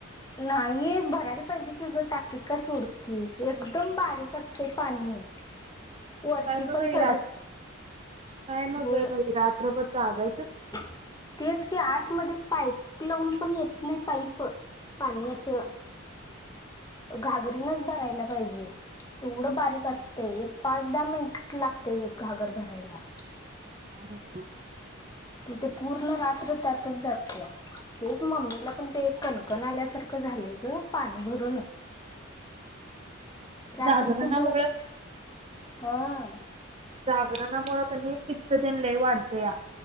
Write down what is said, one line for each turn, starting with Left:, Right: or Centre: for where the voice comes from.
Left: नाही भरायला पाहिजे होय कि अगं टाकीत काय सोडतीस एकदम बारीक असतय पाणी <inaudible> वरती
Right: काय ग
Left: पण
Right: बाई
Left: चढत
Right: रात काय मग
Left: व
Right: बाई रात्रभर जागायचचं
Left: <inaudible> तेच की आतमध्ये पाईप लावून पण येत नाही पाईप.. पाणी असं घागरीनच भरायला पाहिजे. एवढं बारीक असतय एक पाच दहा- मिनिट लागतय एक घागर भरायला.
Right: ान <unintelligible>
Left: मग ते पूर्ण रात्र <inaudible> त्यातच जाते तेच मम्मीला पण ते कणकण आल्यासारखं झाले ग पाणी भरून रात्रीची
Right: जागरणामुळे
Left: झोप हा <inaudible>
Right: जागरणामुळे कणी पित्त तेन लय वाढतंया